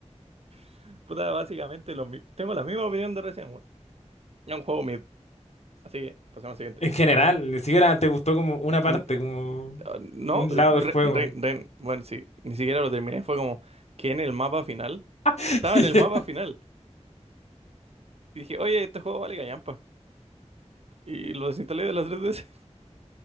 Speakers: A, on the right; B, on the left.
A: <laughs> Puta, básicamente lo mi- Tengo la misma opinión de recién, weón. Es un juego mid. Así que, pasemos al siguiente.
B: En general, ni siquiera te gustó como una parte,
A: Mm,
B: como
A: ah, No,
B: un
A: Ren,
B: lado del juego.
A: Ren- Ren- bueno, sí, ni siquiera lo terminé. Fue como que en el mapa final.
B: <laughs>
A: Estaba en el mapa final. Y dije, oye, este juego vale callampa. Y lo desinstalé de la <laughs> 3DS.